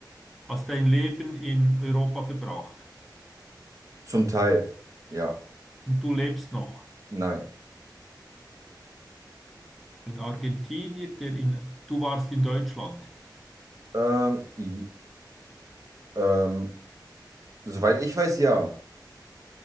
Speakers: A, in the centre; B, on the right (about 45°).
A: hast dein Leben in Europa verbracht.
B: Zum Teil, ja.
A: Und du lebst noch.
B: Nein.
A: Ein Argentinier, der in, du warst in Deutschland.
B: Ähm, i- ähm, soweit ich weiß, ja.